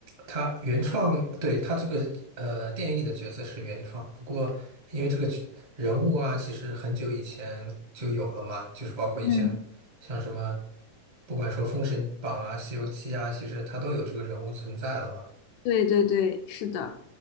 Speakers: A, on the right (about 40°); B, on the left (about 75°).
A: 他原创，对，他这个呃电影里的角色是原创，不过因为这个角人物啊，其实很久以前就有了嘛，就是包括以前像什么，
B: 嗯，
A: 不管说《封神榜》啊、《西游记》啊，其实它都有这个人物存在了嘛。
B: 对对对，是的，